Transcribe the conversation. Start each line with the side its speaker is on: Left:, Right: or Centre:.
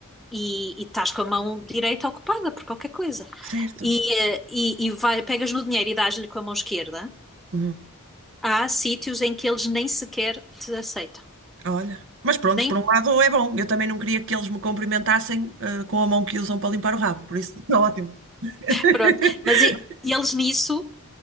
Centre: e, e estás com a mão direita ocupada por qualquer coisa
Right: Certo.
Centre: e, eh, e, e vai, pegas no dinheiro e dás-lhe com a mão esquerda,
Right: Uhum.
Centre: há sítios em que eles nem sequer te aceitam.
Right: Olha. Mas pronto,
Centre: Nem,
Right: por um lado é bom. Eu também não queria que eles me cumprimentassem, eh, com a mão que usam para limpar o rabo, por isso está ótimo. <laughs>
Centre: pronto. Mas e- e eles nisso